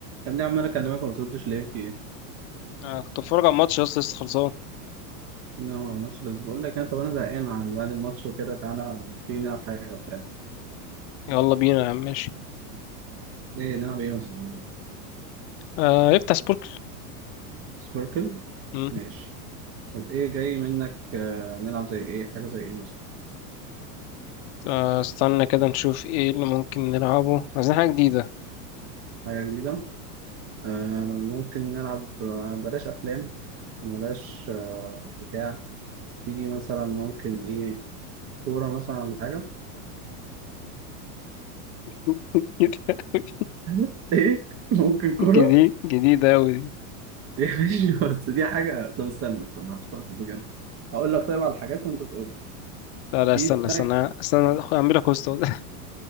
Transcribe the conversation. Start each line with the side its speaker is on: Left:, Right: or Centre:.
Right: يا ابني عمال اكلمك وما بتردش ليه في ايه؟
Left: آه كنت بتفرج على الماتش لسه لسه خلصان
Right: لا هو الماتش بس بقول لك انا طب انا زهقان عن بعد الماتش وكده تعالى تيجي نلعب حاجه وبتاع
Left: يلا بينا يا عم ماشي
Right: ايه نلعب ايه مثلا؟
Left: آه افتح سبوركل
Right: سبيركل؟
Left: مم.
Right: ماشي طب ايه جاي منك آه نلعب زي ايه حاجه زي ايه مثلا؟
Left: آه استنى كده نشوف ايه اللي ممكن نلعبه عايزين حاجة جديدة
Right: حاجه جديده آه ممكن نلعب آه بلاش افلام بلاش آه بتاع تيجي مثلا ممكن ايه كوره مثلا ولا حاجه؟
Left: <laughs> جديدة أوي
Right: <laughs> ايه ممكن كوره؟
Left: جديد جديدة أوي دي
Right: <laughs> إيه، ماشي بس دي حاجه طب استنى استنى هختار بجد هقول لك طيب على الحاجات وانت تقول
Left: لا لا
Right: في
Left: استنى
Right: بتاع
Left: استنى استنى أخ- أعملها كوست <laughs>